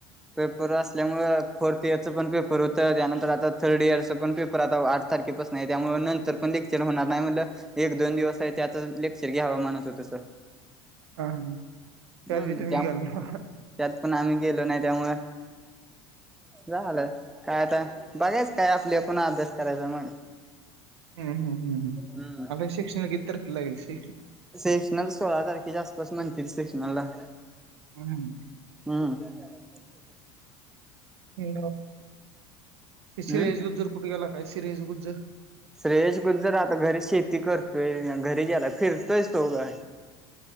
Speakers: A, in the centre; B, on the right (about 90°).
A: पेपर असल्यामुळे फोर्थ इयरचं पण पेपर होतं त्यानंतर आता थर्ड इयरच पण पेपर आता आठ तारखेपास नाही आहे त्यामु नंतर पण क्चल होणार नाही म्हटलं एक दोन दिवस त्यात शर्गी हवामानच होतस.
B: हा हा त्यात
A: हम्
B: बी तुम्ही
A: त्या
B: गेल ना
A: त्यात पण आम्ही गेलो नाही. त्यामुळे झालंय. कायता बघायच काय आपल्या पुन्हा अभ्यास करायचा मग
B: हम्म हम् हम्
A: हम्म
B: हम अ शिकक्षण इतत लागल श
A: सेक्शनल सोळा तारखेच्या आसपास म्हणते त सेक्शनलला
B: हम् हम.
A: <unintelligible>
B: ह क शरज
A: हम्म
B: जोर कुट गला. काय सिरेजघ जर
A: श्रेयश गुल जर आता घरी शेती करतोय घरी ग्यायला फिरतोय तोघ